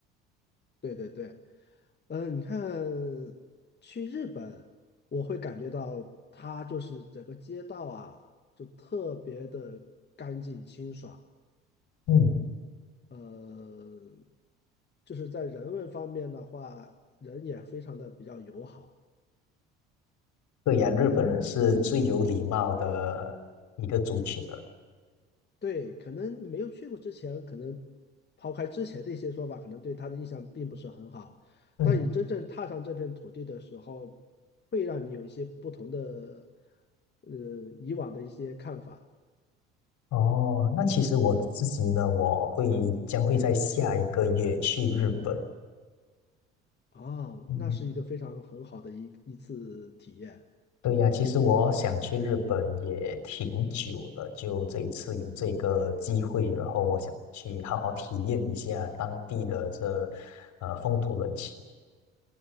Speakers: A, on the left (about 30°); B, on the left (about 55°).
A: 对对对，嗯，你看去日本，我会感觉到它就是整个街道啊，就特别的干净清爽。
B: 嗯，
A: 呃，就是在人文方面的话，人也非常的比较友好。
B: 对呀，日本人是最有礼貌的一个族群了。
A: 对，可能你没有去过之前，可能抛开之前的一些说法，可能对他的印象并不是很好。
B: 嗯，
A: 当你真正踏上这片土地的时候，会让你有一些不同的，呃，以往的一些看法。
B: 哦，那其实我自己呢，我会将会在下一个月去日本。
A: 啊，
B: 嗯，
A: 那是一个非常很好的一一次体验，
B: 对呀，其实我想去日本也挺久了，就这一次有这个机会，然后我想去好好体验一下当地的这呃风土人情。